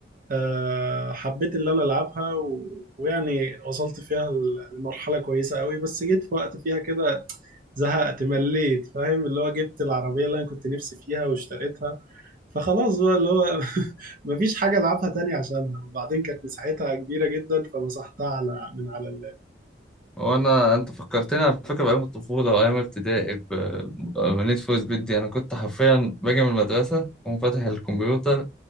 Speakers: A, on the right (about 50°); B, in the centre.
A: أه حبيت اللي انا العبها و... ويعني وصلت فيها لمرحله كويسه قوي بس جيت في وقت فيها كده زهقت مليت فاهم اللي هو جبت العربية اللي انا كنت نفسي فيها واشتريتها فخلاص بقى اللي هو <laughs> مفيش حاجة العبها تاني عشانها وبعدين كانت مساحتها كبيرة جدا فمسحتها على من على اللاب
B: وانا انت فكرتني على فكره بايام الطفوله وايام ابتدائي ب- بنيت فور سبيد دي انا كنت حرفيا باجي من المدرسه اقوم فاتح الكمبيوتر